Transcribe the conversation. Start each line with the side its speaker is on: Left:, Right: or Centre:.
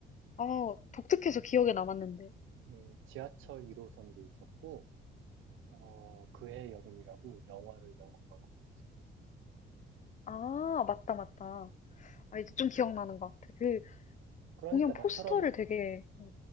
Left: 아 독특해서 기억에 남았는데.
Right: 음, 지하철 1호선도 있었고, 어, 그해 여름이라고 영화를 연극한 것도 있었고.
Left: 아, 맞다, 맞다. 아, 이제 좀 기억나는 것 같아. 그
Right: 그러니까
Left: 공연 포스터를
Right: 나처럼
Left: 되게, 어,